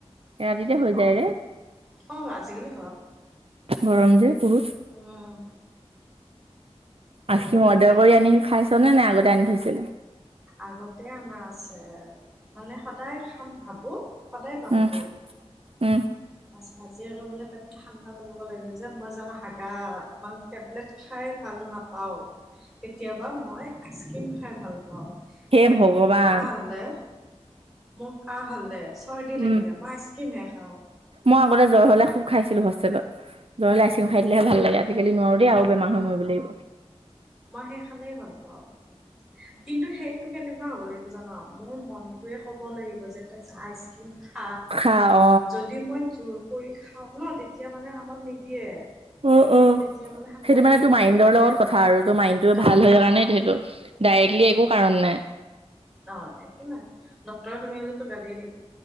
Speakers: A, on the right; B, in the centre.
A: ৰাতিতে হৈ যায় ৰে,
B: অ আজিকালি
A: গৰম যে বহুত।
B: ওম।
A: আখিম
B: হেৰি
A: অৰ্ডাৰ কৰি আনি খাইছ নে নে আগতে আনি থৈছিলে?
B: আগতে অনা আছে মানে সদায় খাম ভাবো সদায় পাহৰো।
A: উম, উম,
B: তাৰ পিছত আজি আৰু মানে পেটটো ঠাণ্ডা পেলাব লাগিল যে মই জানো হাগা মান টেবলেট খাই ভাল নাপাওঁ, কেতিয়াবা মই আইচক্ৰীম খাই ভাল পাওঁ।
A: হে
B: যেনেকে
A: ভগৱান
B: মোৰ কাহ হ'লে, মোৰ কাহ হ'লে চৰ্দি লাগিলে
A: উম,
B: মাইচ ক্ৰিমহে খাওঁ।
A: মই আগতে জ্বৰ হ'লে খুব খাইছিলো হোষ্টেলত, জ্বৰ হ'লে
B: উম
A: আইচক্ৰিম খাই দিলেহে ভাল লাগে। আজিকালি নোৱাৰো দেই আৰু বেমাৰ
B: অ
A: হৈ মৰিব লাগিব।
B: মই সেই খালেই ভাল পাওঁ। কিন্তু সেইটো কেনেকুৱা হ'ব লাগিব জান? মোৰ মনটোয়ে ক'ব লাগিব যে তই যা আইচক্ৰিম খা
A: খা অ।
B: যদি মই জোৰ কৰি খাওঁ ন তেতিয়া মানে কামত নিদিয়ে।
A: অ অ
B: তেতিয়া মানে ঠাণ্ডাই
A: সেইটো মানে
B: লাগিব
A: তোৰ মাইণ্ডৰ
B: বা গা বেয়াই
A: লগত
B: লাগিব
A: কথা আৰু। তোৰ মাইণ্ডটো
B: অ
A: ভাল হয় কাৰণ সেইটো ডাইৰেক্টলি
B: সেইটো
A: একো কাৰণ নাই।
B: অ একো নাই, ডক্টৰে শুনিলেতো গালিয়ে দিব।